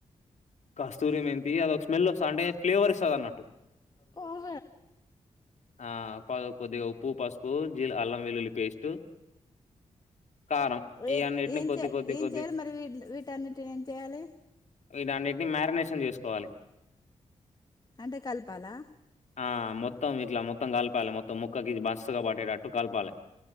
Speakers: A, on the left; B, on the left.
A: కాస్తూర్యం ఏంటి అదొక స్మెల్ వస్తంది అంటే ఫ్లేవర్ ఇస్తుంది అన్నట్టు
B: ఓహో
A: ఆ కొద్ది కొద్దిగా ఉప్పు పసుపు జీ అల్లం వెల్లుల్లి పేస్ట్ కారం
B: ఏం
A: ఇవన్నిటిని
B: ఏం
A: కొద్ది
B: చే
A: కొద్ది
B: ఏం
A: కొద్ది
B: చేయాలి మరి వీటన్నిటిని ఏం చేయాలి
A: ఇ దాన్నింటిని మ్యారినేషన్ చేసుకోవాలి
B: అంటే కలపాలా
A: ఆ మొత్తం ఇట్లా మొత్తం కలపాలి మొత్తం ముక్కకి బస్తుగా పట్టేటట్టు కలపాలి